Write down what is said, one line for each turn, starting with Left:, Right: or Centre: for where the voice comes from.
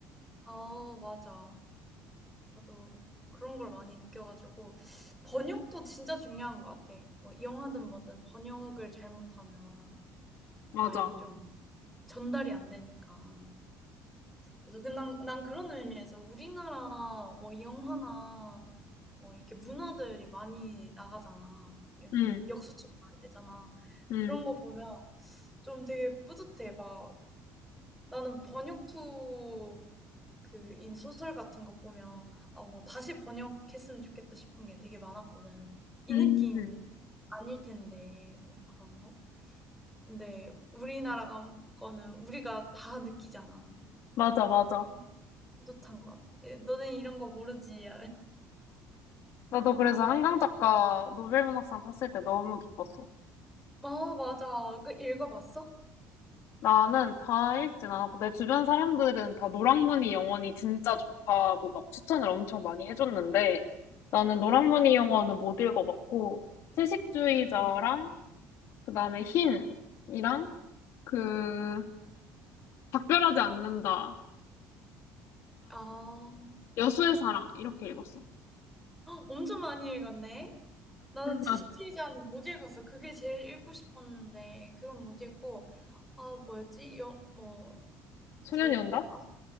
Centre: 아 맞아. 나도 그런 걸 많이 느껴 가지고 번역도 진짜 중요한 것 같아. 뭐 영화든 뭐든 번역을 잘못하면
Left: 맞아.
Centre: 아예 좀 전달이 안 되니까. 그래서 그 난 난 그런 의미에서 우리나라 뭐 영화나 뭐 이렇게 문화들이 많이 나가잖아. 요즘
Left: 응,
Centre: 역수출이 많이 되잖아.
Left: 응,
Centre: 그런 거 보면 좀 되게 뿌듯해. 막 나는 번역 투 그인 소설 같은 거 보면 '아 뭐 다시 번역했으면 좋겠다.' 싶은 게 되게 많았거든. 이
Left: 응.
Centre: 느낌
Left: 응.
Centre: 아닐 텐데 뭐 그런 거. 근데 우리나라 거는 우리가 다 느끼잖아.
Left: 맞아, 맞아.
Centre: 그래서 뿌듯한 것 같아. 예 '너네 이런 거 모르지.'
Left: 나도 그래서
Centre: 어.
Left: 한강 작가 노벨문학상 탔을 때 너무 기뻤어.
Centre: 아 맞아. 그 읽어봤어?
Left: 나는 다 읽진 않았고,
Centre: 음.
Left: 내 주변 사람들은 다 노랑무늬 영원이 진짜 좋다고 막 추천을 엄청 많이 해줬는데, 나는
Centre: 어.
Left: 노랑무늬 영원은 못 읽어봤고, 채식주의자랑
Centre: 아.
Left: 그 다음에 흰이랑 그 작별하지 않는다랑
Centre: 아.
Left: 여수의 사랑 이렇게 읽었어.
Centre: 엄청 많이 읽었네. 나는 채식주의자는
Left: 아,
Centre: 못 읽었어. 그게 제일 읽고 싶었는데 그건 못 읽고 아 뭐였지? 여 뭐
Left: 소년이
Centre: 절
Left: 온다?
Centre: 아